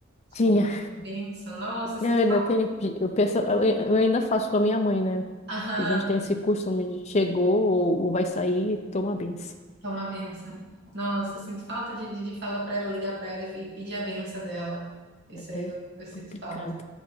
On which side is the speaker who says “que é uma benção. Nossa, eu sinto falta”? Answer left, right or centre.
Right